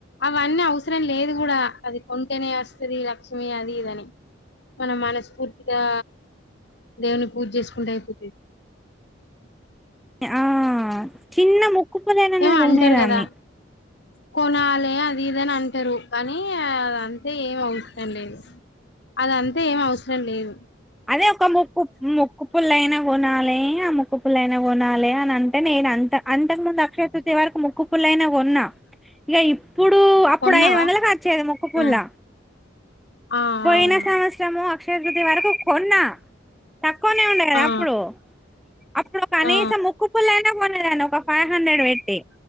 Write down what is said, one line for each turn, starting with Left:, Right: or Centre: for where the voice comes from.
Left: అవన్నీ అవసరం లేదుకూడా అది కొంటేనే వస్తది లక్ష్మి అది ఇదని మనం మనస్ఫూర్తిగా దేవుని పూజ్ చేసుకుంటే అయిపోతది
Centre: ఆ చిన్న ముక్ కుప్పదేనాంద
Left: ఏమో
Centre: మునిగేదాన్ని
Left: అంటారు కదా కొనాలి అదిఇది అన్ అంటరు కానీ ఆ అంతే ఏంవ్వద్ లేదు అదంతా ఏం అవసరం లేదు
Centre: అదే ఒక ముక్కు ముొక్కు పుల్ల అయినా కొనాలి ఆ ముక్కుపుల్లైన కొనాలే అని అంటే నేను అంత అంతకు ముందు అక్షయతృతీయ వరకు ముక్కుపుల్లైన కొన్నా ఇగ ఇప్పుడు అప్పుడు
Left: కొన్నావా
Centre: ఐదు వందలకుకి వచ్చేది మొక్క్క పుల్ల
Left: ఆ! ఆ
Centre: పోయిన
Left: అవును
Centre: సంవత్సరము అక్షయతతి వరకు కొన్నా తక్కువనే ఉండ కదా
Left: ఆ
Centre: అప్పుడు అప్పుడు ఒక కనీసం
Left: ఆ
Centre: ముక్కు పుల్లని కొనేదాన్ని ఒక ఫైవ్ హండ్రెడ్ పెట్టి